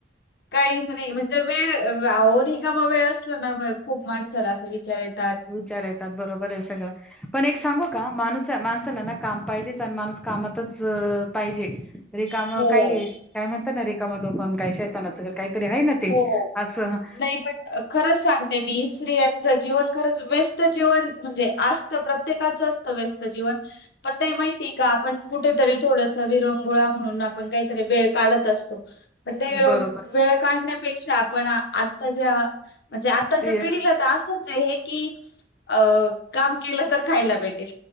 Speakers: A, on the left (about 65°); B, in the centre.
A: काहीच नाही म्हणजे वेळ ओ रीकामा वेळ असला ना खूप माणसाला विचार येत
B: ात बर स पण एक स का माण माणसाला ना काम पाहिजे माणूस कामातच पाहिजे रिकाम
A: हो,
B: काही काय म्हणतात ना रिकामा डोकून काही शेततानाचर काहीतरी आहे ना ते
A: हो
B: असं
A: नाही पण खरंच सांगते मी स्त्रियांचं जीवन खरंच व्यस्त जीवन म्हणजे प्रत्येकाच असतं व्यस्त जीवन पण ते माहिती का पण कुठेतरी थोडस विरंगोळा म्हणून आपण काहीतरी वेळ काढत असतो म्हण ते
B: बरोबर
A: वेळ काढण्यापेक्षा आपण आताच्या म्हणजे आताच्या
B: ते
A: पिढीला असच आहे की अ काम केलं तर खायला भेटेल